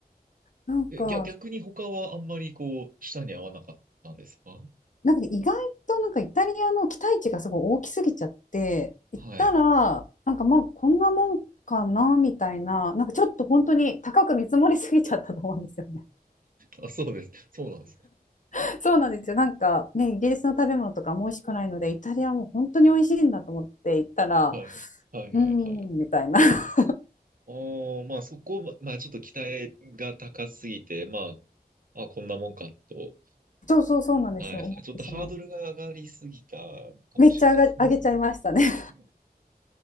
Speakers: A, on the left (about 50°); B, on the right (about 60°).
A: なんか、
B: え、え逆逆に他はあんまりこう、舌に合わなかったんですか
A: なんかね意外となんかイタリアの期待値がすごい大きすぎちゃって、行ったら、
B: はい。
A: なんかまあこんなもんかなみたいな、なんかちょっと本当に高く見積もりすぎちゃったと思うんですよね。
B: あ、そうです。そうなんです。
A: <laughs> そうなんですよ。なんかね、イギリスの食べ物とかも美味しくないので、イタリアも本当に美味しいんだと思って行ったら、
B: はい。はいはいはい。
A: うーん、みたいな。<laughs>
B: おー、まあそこ、まあちょっと期待が高すぎて、まあ、あ、こんなもんかと。
A: そうそうそうなんですよ。
B: はいはい。
A: 思ってしまう。
B: ちょっとハードルが上がりすぎたかもしれないですね。
A: めっちゃ上が、上げちゃいましたね。
B: あー、